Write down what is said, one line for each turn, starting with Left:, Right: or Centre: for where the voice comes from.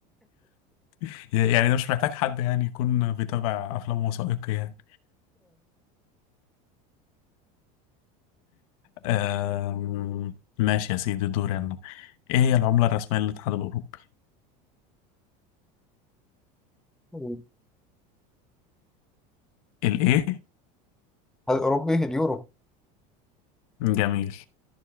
Left: <laughs> يعني ده مش محتاج حد يعني يكون بيتابع أفلام وثائقي يعني أم... ماشي يا سيدي دوري أنا إيه هي العملة الرسمية للاتحاد الأوروبي؟
Centre: الاتحاد
Left: الإيه؟
Centre: الأوروبي اليورو
Left: جميل